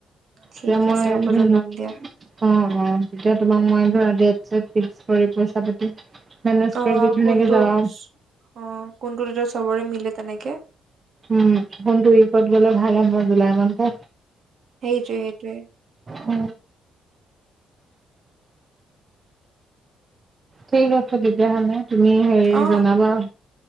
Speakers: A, on the right; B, on the right.
A: ঠিক
B: তেয়া মই
A: আছে হ'ব
B: ধুন
A: জনাম দিয়া
B: অ অ তেতিয়া তোমাৰ মই ধৰা দে ত ফিক্স কৰি পইচা পাতি মেনেজ কৰি
A: অ
B: দি ধুনীয়াকে
A: কোনটো
B: যাবা
A: অ কোনটো দেতিয়া চবৰে মিলে তেনেকে
B: উম কোনটো উকত গ'লে ভাল হ'ব জুলাই মানটা
A: সেইটোৱে সেইটোৱে
B: উ ঠিক আছে তেতিয়াহলে তুমি হেৰি
A: অ
B: জনাবা